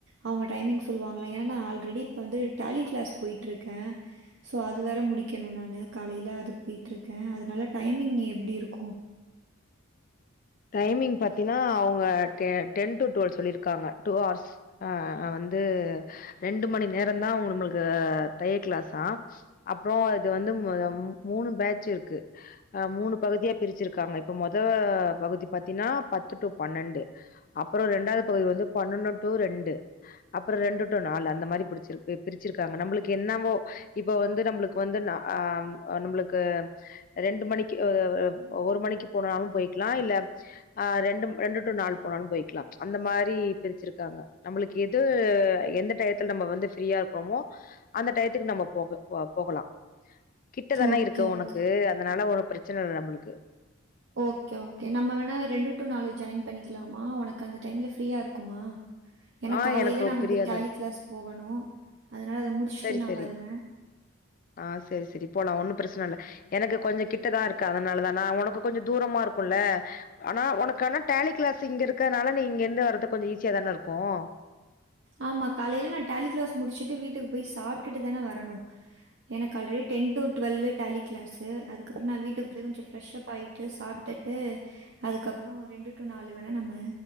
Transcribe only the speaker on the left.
டைமிங் பாத்தின்னா அவுங்க டெ டென் டு டுவல் சொல்லிருக்காங்க டூ ஹார்ஸ் அ வந்து ரெண்டு மணி நேரந்தா உங்குளுக்கு தைய கிளாஸா அப்றோ இது வந்து மூ மூனூ பேஜ்ஜு இருக்கு மூணு பகுதியா பிரிச் சிருக்காங்க இப்ப மொத பகுதி பாத்தீன்னா பத்து டு பன்னெண்டு அப்பற ரெண்டாவது பகுதி வந்து பன்னொன்னு டு ரெண்டு அப்பற ரெண்டு டு நாலு அந்த மாரி பிரிச்சு பிரிச்சிருக்காங்க நம்மளுக்கு என்னவோ இப்ப வந்து நம்ளுக்கு வந்து ஆஹ் நம்முளுக்கு ரெண்டு மணிக்கு ஆ ஒரு மணிக்கு போனாலு போய்க்கலா இல்ல ஆஹ் ரெண்டு ரெண்டு டு நாலு போனாலு போய்க்கலா அந்த மாரி பிரிச்சிருக்காங்க நம்மளுக்கு எது எந்த டயத்துல நம்ம வந்து ஃப்ரீயா இருக்கோமோ அந்த டயத்துக்கு நம்ம போக போகலா கிட்டதான
இருக்கு
உனக்கு அதனால உன பிரச்சன இல்ல நம்ளுக்கு
ஆ
எனக்கு
ஃப்ரீயா
தான் இருக்கும்.
சரி
சரி
ஆஹ் சரி சரி போலாம் ஒன்னும் பிரச்சனை இல்லை எனக்கு கொஞ்சம் கிட்டதான் இருக்கு அதனால தான் உனக்கு கொஞ்சம் தூரமா இருக்கும்ல்ல ஆனா உனக்கு ஆனா டேலி கிளாஸ் இங்க இருக்கிறதுனால நீ இங்க இருந்து வர்றது கொஞ்சம் ஈஸியா தான இருக்கும்